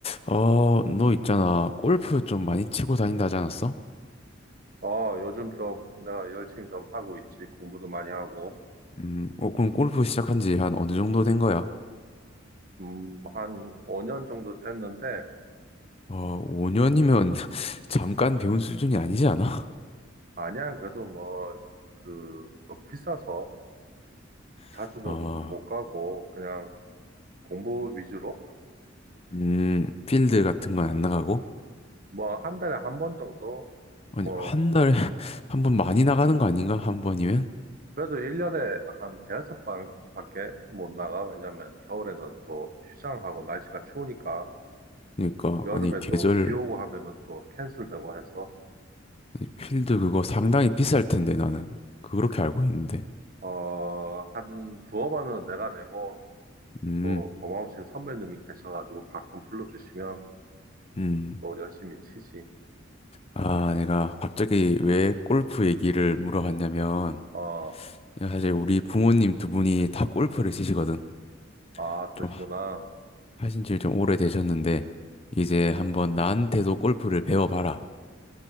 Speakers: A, on the left; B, on the right.
A: 어, 너 있잖아. 골프 좀 많이 치고 다닌다 하지 않았어?
B: 어, 요즘 좀 내가 열심히 좀 하고 있지. 공부도 많이 하고.
A: 음, 어, 그럼 골프 시작한 지 한 어느 정도 된 거야?
B: 음, 한 5년 정도 됐는데,
A: 어, 5년이면 <laughs> 잠깐 배운 수준이 아니지 않아?
B: 아니야. 그래도 뭐, 그, 좀 비싸서 자주는
A: <laughs> 어,
B: 못 가고, 그냥 공부 위주로?
A: 음, 필드 같은 건 안 나가고?
B: 뭐, 한 달에 한 번 정도? 뭐,
A: 아니, 한 달에 <laughs> 한 번 많이 나가는 거 아닌가? 한 번이면?
B: 그래도 1년에 한 대여섯 번 밖에 못 나가. 왜냐면 겨울에는 또 휴장하고 날씨가 추우니까,
A: 그러니까,
B: 여름에
A: 아니, 계절,
B: 또 비 오고 하면은 또 캔슬되고 해서,
A: 아니, 필드 그거 상당히 비쌀 텐데, 나는. 그렇게 알고 있는데.
B: 어, 한 두어 번은 내가 내고,
A: 음,
B: 또 고마우신 선배님이 계셔가지고 가끔 불러주시면
A: 음.
B: 또 열심히 치지.
A: 아, 내가 갑자기 왜 골프 얘기를 물어봤냐면,
B: 어,
A: 야, 사실 우리 부모님 두 분이 다 골프를 치시거든.
B: 아, 그러시구나.
A: 좀 하신 지 좀 오래되셨는데, 이제 한번 나한테도 골프를 배워봐라.